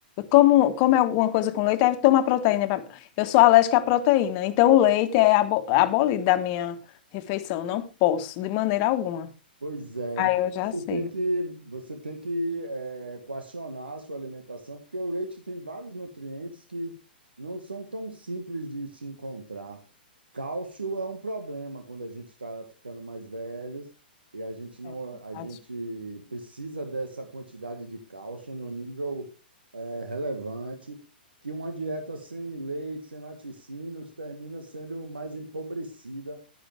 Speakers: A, on the left; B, on the right.
A: Como, como é alguma coisa com leite, aí toma proteína. pra- Eu sou alérgica à proteína, então o leite é abo- abolido da minha refeição. Não posso, de maneira alguma.
B: Pois é,
A: Aí
B: então
A: eu já
B: você
A: sei.
B: tem que, você tem que eh, coacionar a sua alimentação, porque o leite tem vários nutrientes que não são tão simples de se encontrar. Cálcio é um problema quando a gente está ficando mais velhos e a gente não,
A: É verdade.
B: a gente precisa dessa quantidade de cálcio no nível eh, relevante, que uma dieta sem leite, sem laticínios, termina sendo mais empobrecida